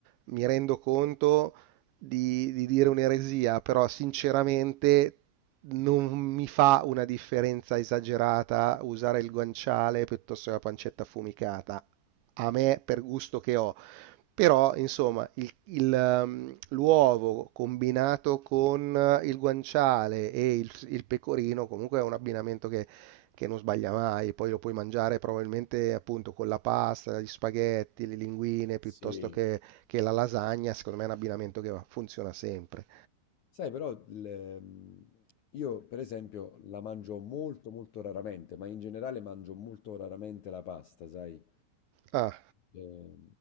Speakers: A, on the right (about 80°); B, on the left (about 75°).
A: mi rendo conto di, di dire un'eresia, però sinceramente non mi fa una differenza esagerata usare il guanciale piuttosto che la pancetta affumicata, a me per gusto che ho. Però, insomma, il- il, ehm, l'uovo combinato con eh, il guanciale e il, il pecorino comunque è un abbinamento che che non sbaglia mai, poi lo puoi mangiare probabilmente appunto con la pasta, gli spaghetti, le linguine
B: Sì.
A: piuttosto che, che la lasagna, secondo me è un abbinamento che va- funziona sempre.
B: Sai, però il- io per esempio la mangio molto molto raramente, ma in generale mangio molto raramente la pasta, sai?
A: Ah,
B: Eh,